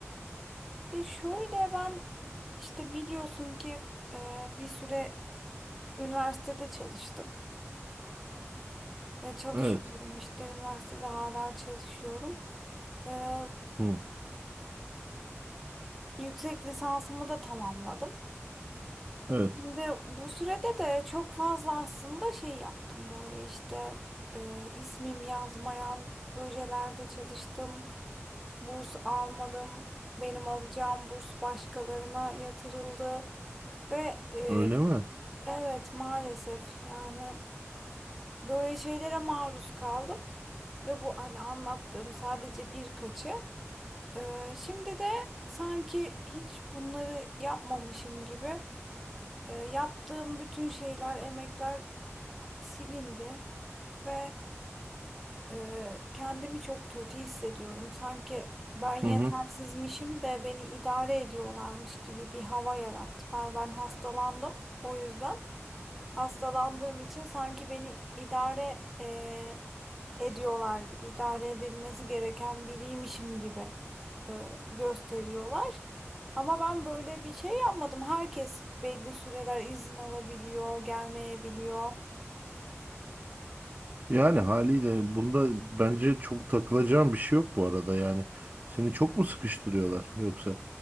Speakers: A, in the centre; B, on the right.
A: ya şöyle ben işte biliyorsun ki e, bir süre üniversitede çalıştım. Ve çalışıyorum
B: Evet.
A: işte üniversitede hala çalışıyorum. Ee,
B: Hı.
A: yüksek lisansımı da tamamladım.
B: Evet.
A: Şimdi bu sürede de çok fazla aslında şey yaptım böyle işte e, ismim yazmayan projelerde çalıştım. Burs almadım. Benim alacağım burs başkalarına yatırıldı ve e,
B: Öyle mi?
A: evet maalesef yani böyle şeylere maruz kaldım ve bu hani anlattığım sadece birkaçı. E, şimdi de sanki hiç bunları yapmamışım gibi e, yaptığım bütün şeyler, emekler silindi ve Ee, kendimi çok kötü hissediyorum. Sanki ben yetersizmişim
B: Hı hı.
A: de beni idare ediyorlarmış gibi bir hava yarattılar. Ben hastalandım. O yüzden hastalandığım için sanki beni idare e, ediyorlar gibi, idare edilmesi gereken biriymişim gibi e, gösteriyorlar. Ama ben böyle bir şey yapmadım. Herkes belli süreler izin alabiliyor, gelmeyebiliyor.
B: Yani haliyle bunda bence çok takılacağım bir şey yok bu arada yani. Seni çok mu sıkıştırıyorlar yoksa